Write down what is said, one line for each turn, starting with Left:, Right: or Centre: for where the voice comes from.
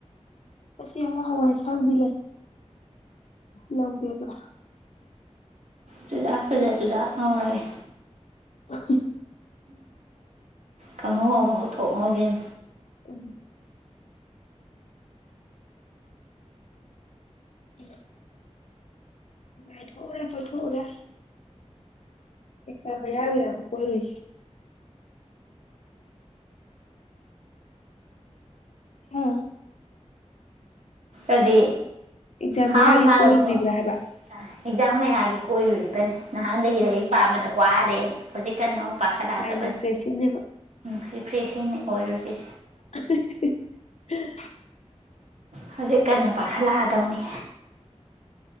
Left: ꯑꯁꯤ ꯌꯥꯝ ꯍꯋꯥꯏꯁꯥꯡꯕꯤ ꯂꯩ ꯂꯧꯒꯦꯕ
Right: ꯆꯨꯖꯥꯥꯛ ꯐꯖꯩ ꯆꯨꯖꯥꯛ ꯉꯧꯔꯒꯦ
Left: <unintelligible>
Right: ꯀꯥꯡꯍꯧ ꯑꯃꯨꯛ ꯂꯧꯊꯣꯛ ꯉꯥꯎꯖꯤꯟ
Left: ꯎ ꯎ ꯉꯥꯏꯊꯣꯛꯎꯔꯦ ꯈꯣꯏ ꯊꯣꯛꯣꯛꯎꯔꯦ ꯑꯦ ꯁꯥꯔ ꯄꯔꯒꯣ ꯀꯔꯔꯤꯁ ꯍꯥꯥ
Right: ꯑꯗꯨꯗꯤ
Left: ꯑꯦꯛꯖꯥꯝ
Right: ꯍꯥꯎ
Left: ꯃꯌꯥꯒꯤ
Right: ꯇꯥꯔꯕꯣ
Left: ꯀꯣꯏꯔꯨꯔꯤꯕ꯭ꯔꯥ
Right: ꯑꯦꯛꯖꯥꯝ
Left: ꯍꯥꯏꯕ
Right: ꯃꯌꯥꯒꯤ ꯑꯣꯏ ꯅꯍꯥꯟꯗꯒꯤ ꯂꯥꯏꯔꯤꯛ ꯄꯥꯕꯗ ꯋꯥꯔꯦꯅ ꯍꯧꯖꯤꯛ ꯀꯟꯅ ꯑꯃꯨꯛ ꯄꯥꯈꯠꯂꯛꯗꯕꯅꯤ
Left: ꯃꯥꯏꯟ ꯔꯤꯐ꯭ꯔꯦꯁꯤꯡꯅꯦꯕ
Right: ꯎꯝ ꯐ꯭ꯔꯦꯁꯤꯡ ꯑꯣꯏꯔꯨꯔꯤꯁꯦ
Left: <unintelligible>
Right: ꯍꯧꯖꯤꯛ ꯀꯟꯅ ꯄꯥꯈꯠꯂꯛꯑꯗꯧꯅꯤ